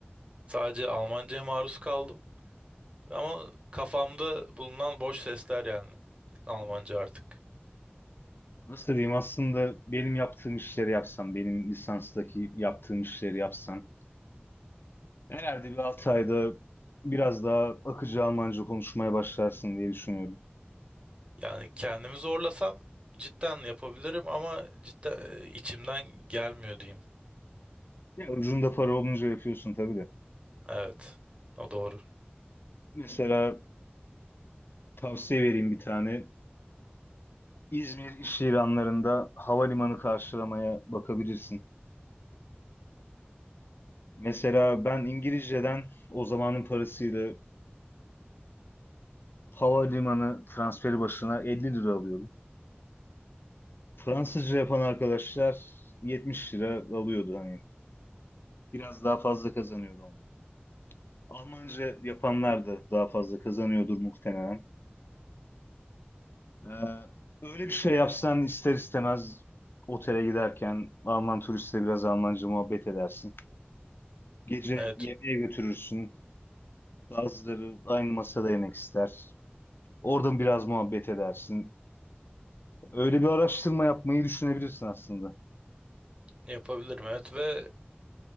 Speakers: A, on the right; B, on the left.
A: Sadece Almanca'ya maruz kaldım. Ama kafamda bulunan boş sesler yani Almanca
B: hmm.
A: artık.
B: Nasıl diyeyim aslında benim yaptığım işleri yapsan, benim lisanstaki yaptığım işleri yapsan herhalde bir 6 ayda biraz daha akıcı Almanca konuşmaya başlarsın diye düşünüyorum.
A: Yani kendimi zorlasam cidden yapabilirim ama cidden e, içimden gelmiyor diyeyim.
B: Ya ucunda para olunca yapıyorsun tabii de.
A: Evet. O doğru.
B: Mesela tavsiye vereyim bir tane. İzmir iş ilanlarında havalimanı karşılamaya bakabilirsin. Mesela ben İngilizceden o zamanın parasıyla havalimanı transferi başına 50 lira alıyordum. Fransızca yapan arkadaşlar 70 lira alıyordu hani. Biraz daha fazla kazanıyordu onlar. Almanca yapanlar da daha fazla kazanıyordur muhtemelen. Ee, öyle bir şey yapsan ister istemez otele giderken Alman turistle biraz Almanca muhabbet edersin. Gece
A: Evet.
B: yemeğe götürürsün. Bazıları aynı masada yemek ister. Oradan biraz muhabbet edersin. Öyle bir araştırma yapmayı düşünebilirsin aslında.
A: Yapabilirim. Evet ve